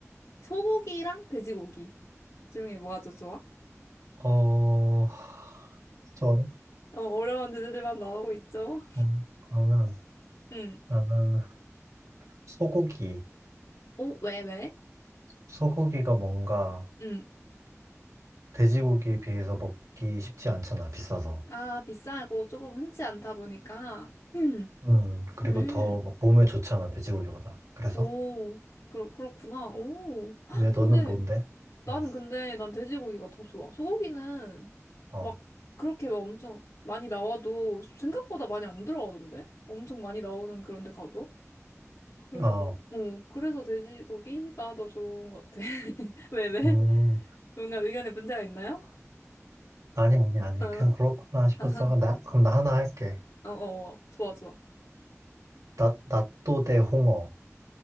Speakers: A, on the left (about 75°); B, on the right (about 80°).
A: 소고기랑 돼지고기 중에 뭐가 더 좋아?
B: 어, 저,
A: 어, 어려운 주제들만 나오고 있죠?
B: 어, 그러면
A: 음.
B: 나는 소고기.
A: 오, 왜, 왜?
B: 소고기가 뭔가
A: 음.
B: 돼지고기에 비해서 먹기 쉽지 않잖아, 비싸서.
A: 아, 비싸고 조금 흔치 않다 보니까. <clears throat>
B: 음, 그리고
A: 음,
B: 더막
A: 음,
B: 몸에 좋잖아, 돼지고기보다. 그래서?
A: 오, 그, 그렇구나. 오, 헉,
B: 왜
A: 근데
B: 너는 뭔데?
A: 나는
B: 어,
A: 근데 난 돼지고기가 더 좋아. 소고기는
B: 어,
A: 막 그렇게 막 엄청 많이 나와도 생각보다 많이 안 들어가던데? 엄청 많이 나오는 그런 데 가도? 그래서,
B: 어.
A: 어, 그래서 돼지고기가 더 좋은 것 같아. <laughs> 왜, 왜?
B: 음,
A: 뭔가 의견에 문제가 있나요?
B: 아니, 아니, 아니.
A: 어,
B: 그냥 그렇구나 싶었어.
A: <laughs>
B: 나, 그럼 나 하나 할게.
A: 아, 어, 어, 어, 좋아, 좋아.
B: 나, 낫또 대 홍어.